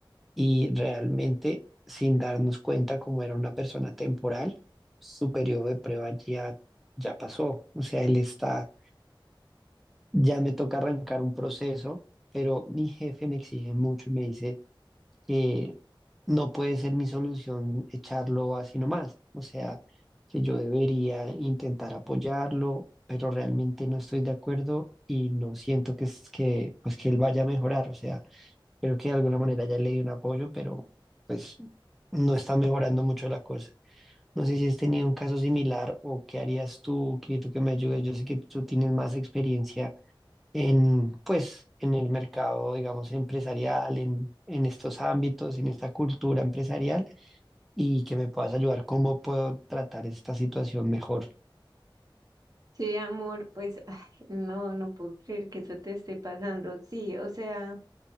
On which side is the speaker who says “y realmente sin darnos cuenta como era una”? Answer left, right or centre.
Centre